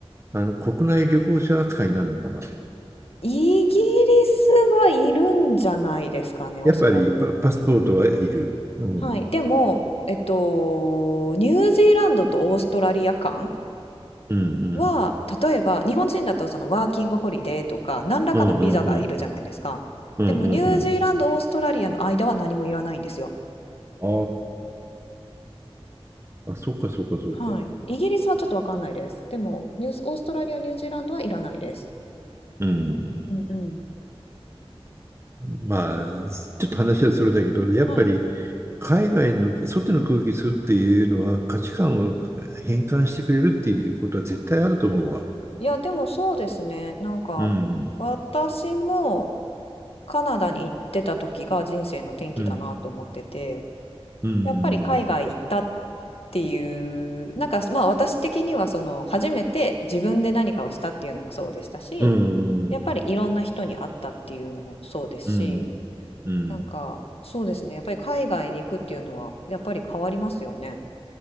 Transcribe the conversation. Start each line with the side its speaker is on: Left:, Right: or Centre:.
Right: あの国内旅行者扱いになるのかな。
Left: イギリスはいるんじゃないですかね、
Right: やっぱりパ、
Left: おそらく。
Right: パスポートはいる。うん。
Left: はい。でも、えっと、ニュージーランドとオーストラリア間
Right: うんうん。
Left: は、例えば、日本人だとそのワーキングホリデーとか、何らかのビザがいるじゃないですか。
Right: うんうんうん。うんうんうん。
Left: でも、ニュージーランド、オーストラリアの間は何もいらないんですよ。
Right: ああ、あ、そうかそうかそうか。
Left: はい。イギリスはちょっとわかんないです。でも、ニュース、オーストラリア、ニュージーランドはいらないです。
Right: うん。
Left: うんうん。
Right: まあ、ちょっと話はそれだけど、
Left: はい。
Right: やっぱり海外の外の空気吸うっていうのは価値観を変換してくれるっていうことは絶対あると思うわ。
Left: いや、でもそうですね。なんか、
Right: うん、
Left: 私も、カナダに行ってた時が人生の転機だなと思ってて、
Right: うん、うん、
Left: やっぱり海外行ったっていう、なんかまあ私的にはその初めて自分で何かをしたっていうのもそうでしたし、
Right: うん、
Left: やっぱりいろんな人に会ったっていうのもそうですし、
Right: うん、うん。
Left: なんかそうですね、やっぱり海外に行くっていうのはやっぱり変わりますよね。